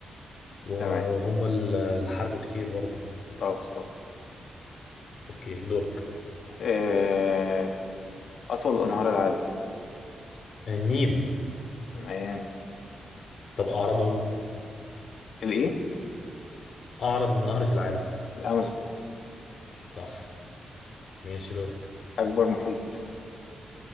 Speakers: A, on the left (about 55°); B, on the left (about 75°).
A: وهم
B: تمام
A: ال- اللي حاربوا كتير برضه
B: اه بالظبط
A: أوكي دورك
B: آه، اطول انهار العالم
A: آه، النيل
B: تمام
A: طب أعرضهم
B: الايه
A: أعرض نهر في العالم
B: الامازون
A: صح ماشي دورك
B: اكبر محيط